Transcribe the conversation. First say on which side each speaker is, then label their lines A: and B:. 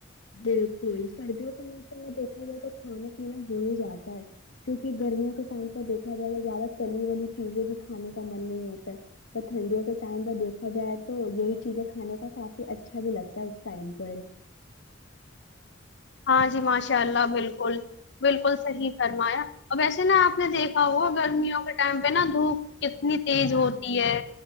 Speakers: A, on the left; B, on the left.
A: بالکل سردیوں کے موسم میں دیکھا جائے تو کھانے پینا ہو ہی جاتا ہے کیوںکہ گرمیوں کے ٹائم سے دیکھا جائے تو زیادہ تلی ولی چیزیں بھی کھانے کا من نہیں ہوتا اور ٹھنڈیوں کے ٹائم پر دیکھا جائے تو یہی چیزیں کھانے کا کافی اچھا بھی لگتا ہے اس ٹائم پر
B: ہاں جی ماشاء اللہ بالکل بالکل صحیح فرمایا ا ویسے نا آپ نے دیکھا ہوا گرمیوں کے ٹائم پہ نا دھوپ کتنی تیز ہوتی ہے